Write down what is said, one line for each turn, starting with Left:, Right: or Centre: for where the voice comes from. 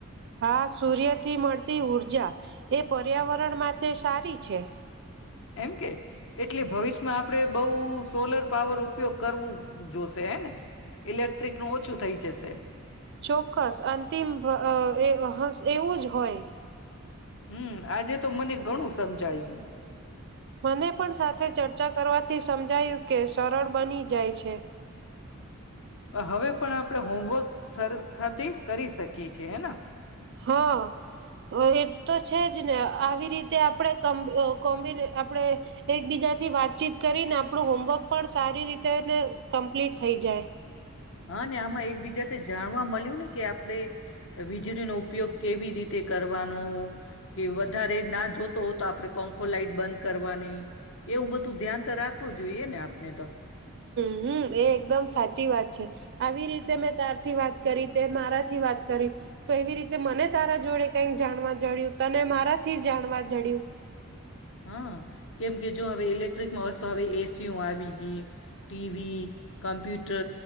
Right: હા, સૂર્યથી મળતી ઊર્જા. એ પર્યાવરણ માટે સારી છે.
Left: એમ કે એટલે ભવિષ્માં આપ આપડે બઉ સોલર પાવર ઉપયોગ કરવું જોશે. હે ને? ઇલેક્ટ્રિકનું ઓછું થઈ જશે.
Right: ચોક્કસ, અંતિમ વ અ એ હસ એવું જ હોય.
Left: હમ્મ, આજે તો મને ઘણું સમજાયું.
Right: મને પણ સાથે ચર્ચા કરવાથી સમજાયું કે સરળ બની જાય છે.
Left: હવે પણ આપણે હોમવર્ક સરખાથી કરી શકીએ છે. હેના?
Right: હા, અ એ તો છે જ ને આવી રીતે આપણે કમ્બ અ કોમ્બિને આપણેે એકબીજાથી વાતચીત કરીને આપણું હોમવર્ક પણ સારી રીતે ને કમ્પ્લીટ થઈ જાય.
Left: હા, ને આમાં એકબીજાથી જાણવા મલ્યું ને કે, આપણે વીજળીનો ઉપયોગ કેવી રીતે કરવાનો. કે વધારે ના જો તો તો આપણે પંખો લાાઈટ બંધ કરવાની. કેવું બધું ધ્યાન તો રાખવું જોઈએ ને આપને તો.
Right: હમ્મ એ એકદમ સાચી વાત છે આવી રીતે મેં તારથી વાત કરી તે મારાથી વાત કરી તો એવી રીતે મને તારા જોડે કઈક જાણવા જડ્યું તને મારાથી જાણવા જડ્યું.
Left: હા કેમ કે જો હવે ઇલેક્ટ્રિકમાં વસ્તુ હવે એસીઓ આવી ગી ટીવી કમપ્યુ તો